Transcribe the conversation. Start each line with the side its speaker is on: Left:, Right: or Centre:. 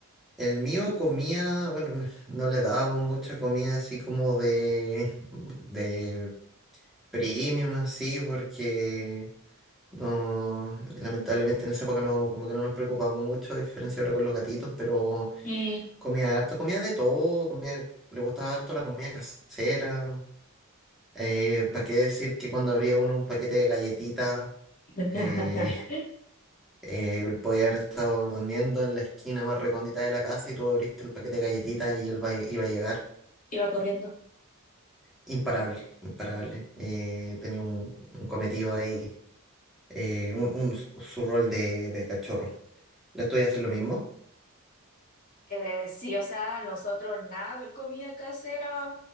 Centre: el mío comía, bueno, no, no le dábamos mucha comida así como de, de premium, así, porque no, lamentablemente en esa época no, como que no nos preocupamos mucho, a diferencia ahora con los gatitos, pero
Left: Y
Centre: comía harto, comía de todo, comía, le gustaba harto la comida casera. Eh, ¿para qué decir que cuando abría uno un paquete de galletitas?
Left: <laughs>
Centre: eh, Eh, él podía haber estado durmiendo en la esquina más recóndita de la casa y tú abriste el paquete de galletitas y él va- iba a llegar.
Left: iba corriendo.
Centre: Imparable, imparable. Eh, tenía un, un cometido ahí, eh, un, un- su rol de, de cachorro. ¿Las tuyas hacen lo mismo?
Left: Eh, sí, o sea, nosotros nada de comida casera